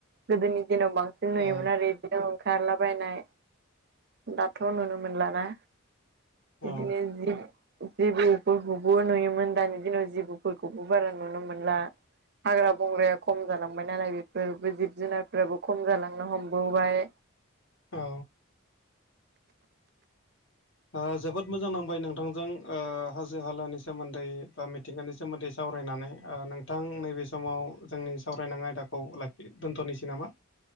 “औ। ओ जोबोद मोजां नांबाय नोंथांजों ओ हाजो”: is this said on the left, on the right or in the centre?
Left